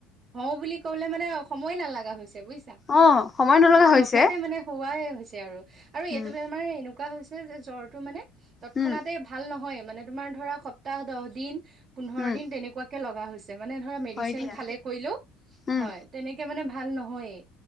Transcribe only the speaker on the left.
অ সময় নলগা হৈছে
উম
উম
উম
হয় দিয়া
উম